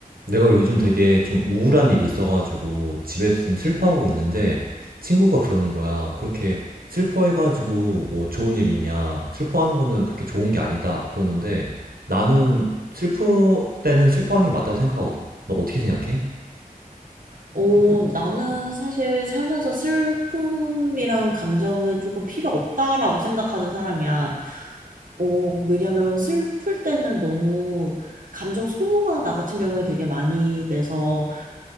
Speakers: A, on the right; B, on the right.
A: 내가 요즘 되게 좀 우울한 일이 있어가지고 집에서 좀 슬퍼하고 있는데 친구가 그러는 거야. 그렇게 슬퍼해가지고 뭐 좋은 일 있냐. 슬퍼하는 거는 그렇게 좋은 게 아니다. 그러는데 나는 슬플 때는 슬퍼하는 게 맞다고 생각하거든. 너 어떻게 생각해?
B: 어, 나는 사실 살면서 슬픔이란 감정은 조금 필요 없다라고 생각하는 사람이야. 어, 왜냐면 슬플 때는 너무 감정 소모가 나 같은 경우에 되게 많이 돼서